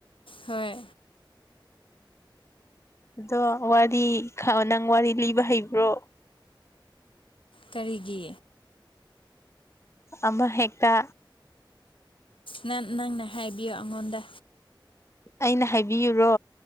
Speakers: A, on the left (about 85°); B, on the left (about 30°).
A: ꯍꯣꯏ
B: ꯑꯗꯣ ꯋꯥꯔꯤ ꯅꯪ ꯋꯥꯔꯤ ꯂꯤꯕ ꯍꯩꯕ꯭ꯔꯣ
A: ꯀꯔꯤꯒꯤ
B: ꯑꯃꯃ ꯍꯦꯛꯇ
A: ꯅ ꯅꯪꯅ ꯍꯥꯏꯕꯤꯌꯨ ꯑꯩꯉꯣꯟꯗ
B: ꯑꯩꯅ ꯍꯥꯏꯕꯤꯌꯨꯔꯣ